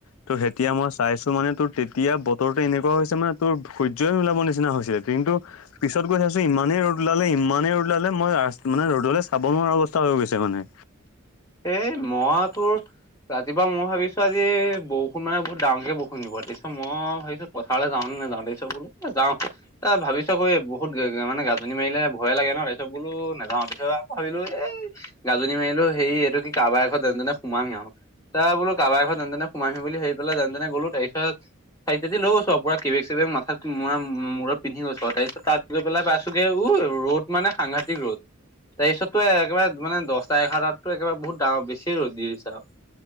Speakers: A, on the left; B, on the left.
A: ত' তেতিয়া মই চাইছো মানে তোৰ তেতিয়া বতৰটো এনেকুৱা হৈছে মানে তোৰ সূৰ্য্য ওলাব নিচিনা হৈছিলে কিন্তু পিছত গৈ চাইছো ইমানেই ৰ'দ ওলালে ইমানেই ৰ'দ মই ৰা মানে ৰ'দলৈ চাব নোৱাৰা অৱস্থা হৈ গৈছে মানে
B: এ মই ত ৰাতিপুৱাই ভিছো আজি বৰষুণ মানে বহুত ডাঙকে বৰষুণ দিব তাপিছত মই ভাবিছো পথাৰলৈ যাওঁ ন নে যাওঁ তাৰিছব বোলে যাও এ ভাবিছ ক এই বহুত মানে গাজনি মাৰিলে ভয়ে লাগে ন তাৰিব বোলো নাযাও তেতিয়া আকৌ ভাবিলো এই গাজনি মাৰিলেও সেই এইটো কি কাৰোবাৰ এ ঘত এনেনে সোমামি আৰু তাৰ বোলো কাৰোবাৰ এ ঘত যেন তেনে সোমাই আহিম বুলি সেইি পেলাই যেনে গ'লো তাৰিছত চাৰিটাতি লৈ গৈছো আৰু পু কেেগ চেক মাথাাত ম মূৰত পিন্ধি গৈছো আৰু তাৰ পিছ তাত গৈ পেলাইছোগে উ ৰ'দ মানে সাংঘাটতিক ৰ'দ তাৰপিছতো একেবাৰে মানে দহটা এঘাৰটাতো একেবাৰে বহুত ডাঙৰ বেছি ৰ'দ দি দিছে আৰু